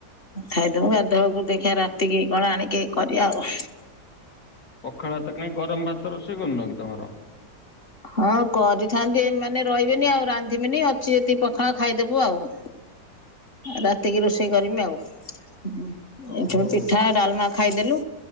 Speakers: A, on the left; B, on the left.
A: ଖାଇଦବୁ ଗାଧୁଆଳକୁ ଦେଖିଆ ରାତିକି କଣ ଆଣିକି କରିବା ଆଉ।
B: ପଖାଳ ଭାତ କାହିଁ ଗରମ ଭାତ ରୋଷେଇ କରୁନ କି ତମର?
A: ହଁ କରିଥାନ୍ତି ମାନେ ରହିବେନି ଆଉ ରାନ୍ଧିବି। ନି ଅଛି ଯତିକି ପଖାଳ ଖାଇଦବୁ ଆଉ। ରାତିକି ରୋଷେଇ କରିମି ଆଉ ଉଁ
B: ଓହୋ
A: ଏଠିବିପି ପିଠା ଡାଲମା ଖାଇଦେଲୁ